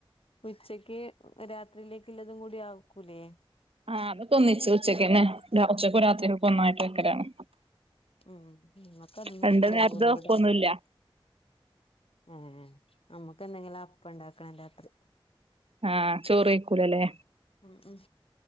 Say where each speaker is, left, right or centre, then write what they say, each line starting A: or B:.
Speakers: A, on the left; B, on the right.
A: ഉച്ചക്ക് രാത്രിയിലേക്ക് ഇള്ളതും കൂടി ആക്കൂലേ
B: ആഹ് അതൊക്കൊന്നിച്ച് ഉച്ചക്കെന്നെ ഉച്ചക്കും രാത്രിക്കെകും ഒന്നായിട്ട് വെക്കലാണ്
A: ഉം ഞങക്കതൊന്നും
B: രണ്ട്
A: ശെരിയാവൂല
B: നേരത്തെ വെപ്പൊന്നുല്ല
A: ഇവടെ ഏഹ് ഞമ്മക്ക് എന്തെങ്കിലും അപ്പണ്ടാക്കണം രാത്രി
B: അഹ് ചോർ കയിക്കൂല അല്ലേ
A: ഉം ഉം